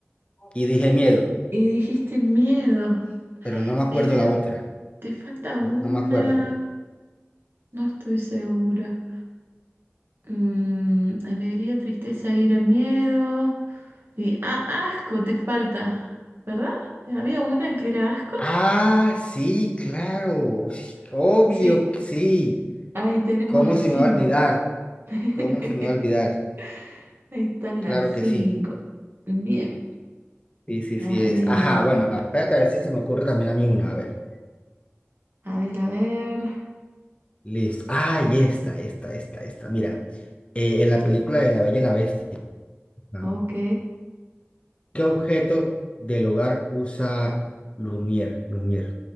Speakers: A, on the left; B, on the right.
A: Y dije miedo,
B: y dijiste miedo.
A: pero no me acuerdo
B: Eh,
A: la otra.
B: te falta una.
A: No, no me acuerdo.
B: No estoy segura. Mm, alegría, tristeza, ira, miedo. Y ah, asco te falta, ¿verdad? Había una que era asco.
A: Ah, sí, claro. sí, Obvio
B: Sí,
A: que sí.
B: ahí tenemos
A: ¿Cómo
B: las
A: se
B: cinco.
A: me va a olvidar?
B: <laughs>
A: ¿Cómo se me va a olvidar?
B: Ahí están
A: Claro
B: las cinco.
A: que sí.
B: Bien.
A: Sí, sí,
B: Ay,
A: sí es.
B: ay,
A: Ajá,
B: ay.
A: bueno, espérate a ver si se me ocurre también a mí una. A ver.
B: A ver, a ver.
A: Listo. Ah, y esta, esta, esta, esta. Mira, eh, en la película de La Bella y la Bestia. ¿no?
B: Ok.
A: ¿Qué objeto del hogar usa Lumière? Lumière.